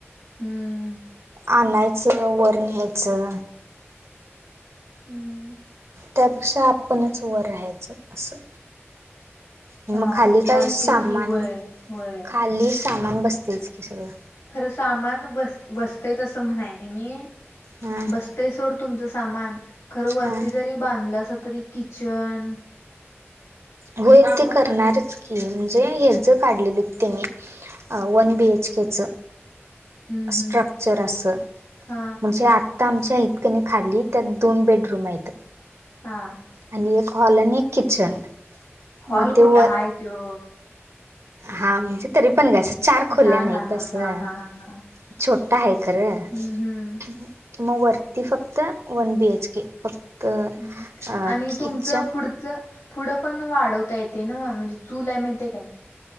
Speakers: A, on the left; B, on the right.
A: हम्म.
B: आणायचं वर न्यायचं.
A: हम्म
B: त्यापेक्षा आपणच वर राहायचं असं. मग
A: हा
B: खाली
A: चालतय
B: काय सामान
A: की होय होय
B: खाली सामान बसतयच की सगळं
A: खरं सामान बस बसतय तसं म्हणाय नाही मी
B: हा
A: बस ते सोड तुमचं सामान खरं वरती
B: हा
A: जरी बांधलासा तरी किचन
B: होय ते करणारच की म्हणजे हे ज काढलेलीत तेनी अ वन बी एच के च
A: हम्म
B: स्ट्रक्चर
A: हम्म
B: असं
A: हा
B: म्हणजे आत त आमच्या हाईत कणी खाली त्यात दोन बेडरुम हाईत
A: हा आ
B: आणि एक हॉल आणि एक किचन
A: हॉल
B: मग ते
A: कुठ
B: वर
A: हाय त्यो
B: हा म्हणजे तरी पण ग असं चार खोल्या
A: हा
B: नाही
A: हा हा
B: तसं
A: हा हा हा हा
B: छोटं हाय खरं अ
A: हम्म हम्म
B: ह मग वरती फक्त वन बी एच के अ
A: हम्म आणि
B: किचन
A: तुमचं पुढ च पुढं पण वाढवता येतंय नव म्हणजे चुलआहे माहित्याच काय